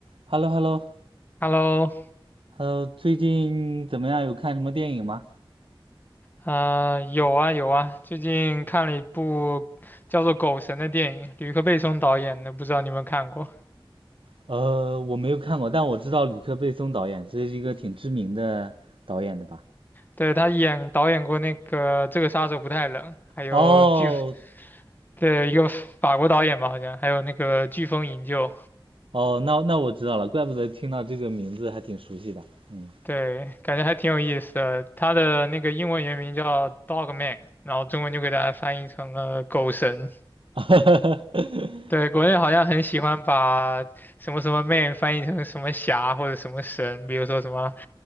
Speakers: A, on the right; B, on the left.
A: h e l l o h e l l o h
B: Hello，
A: e l l o 最近怎么样？有看什么电影吗？
B: 呃，有啊有啊，最近看了一部叫做《狗神》的电影，吕克·贝松导演的，不知道你有没有看过？
A: 呃，我没有看过，但我知道吕克·贝松导演，这是一个挺知名的导演的吧？
B: 对，他演导演过那个《这个杀手不太冷》，还有飓，
A: 哦，
B: 对，一个法国导演吧，好像，还有那个《飓风营救》，
A: 哦，那那我知道了，怪不得听到这个名字还挺熟悉的。嗯，
B: 对，感觉还挺有意思的。他的那个英文原名叫《Dog Man》，然后中文就给大家翻译成了《狗神》。
A: <laughs>
B: 对，国内好像很喜欢把什么什么 man 翻译成什么侠或者什么神，比如说什么